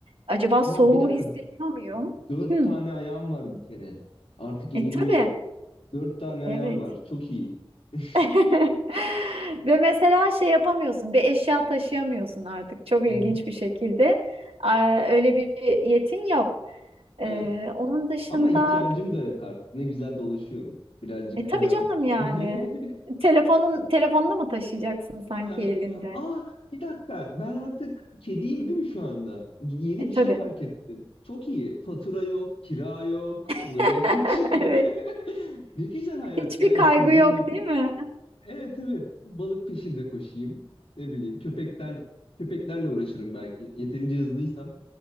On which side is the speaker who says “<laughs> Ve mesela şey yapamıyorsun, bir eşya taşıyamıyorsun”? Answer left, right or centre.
Right